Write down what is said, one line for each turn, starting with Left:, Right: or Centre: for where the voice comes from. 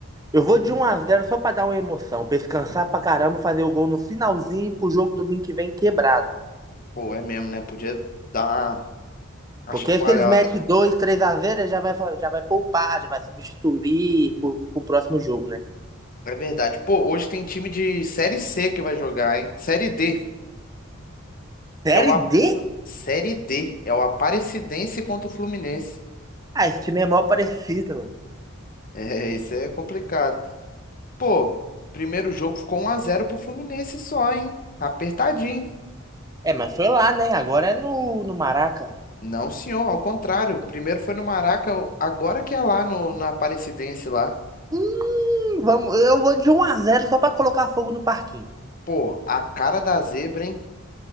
Right: eu vou de um a zero só pra dar uma emoção. Pra eles cansar pra caramba, fazer o gol no finalzinho e pro jogo domingo que vem quebrado.
Left: Pô, é mesmo, né? Podia dar uma uma
Right: Porque
Left: chacoalhada.
Right: aí se eles metem dois, três a zero, ele já vai, já vai poupar, já vai substituir pro, pro próximo jogo, né?
Left: É verdade. Pô, hoje tem time de Série C que vai jogar, hein? Série D,
Right: Série
Left: que é o A...
Right: D?
Left: Série D, é o Aparecidense contra o Fluminense. <laughs>
Right: Ah, esse time é mal parecido, mano.
Left: É, isso é complicado. Pô, primeiro jogo ficou 1 a 0 pro Fluminense só, hein? Apertadinho.
Right: É, mas foi lá, né? Agora é no, no Maraca.
Left: Não, senhor, ao contrário. Primeiro foi no Maraca, agora que é lá no, na Aparecidense lá.
Right: Hum, vamos, eu vou de um a zero só pra colocar fogo no parquinho.
Left: Pô, a cara da zebra, hein?